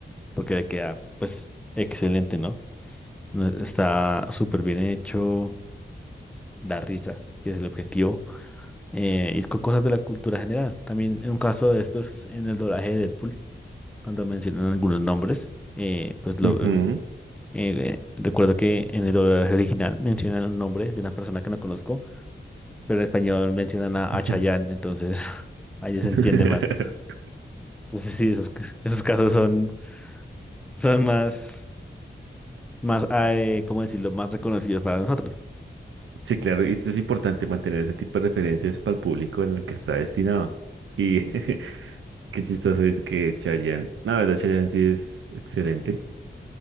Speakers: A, in the centre; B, on the right.
A: porque le queda, pues, excelente, ¿no? No- Está súper bien hecho, da risa, que es el objetivo, eh, y con cosas de la cultura general. También en un caso de estos, en el doblaje de Deadpool, cuando mencionan algunos nombres, eh, pues lo...
B: Ujú,
A: eh, recuerdo que en el doblaje original mencionan un nombre de una persona que no conozco pero en español mencionan a,
B: ujú.
A: a Chayanne, entonces <laughs> ahí
B: <laughs>
A: se entiende más. Entonces sí, esos, c- esos casos son, son más, más eh, ¿cómo decirlo?, más reconocidos para nosotros.
B: Sí, claro, y esto es importante mantener ese tipo de referencias para el público en el que está destinado. Y <laughs> qué chistoso es que Chayanne, la verdad, Chayanne sí es excelente.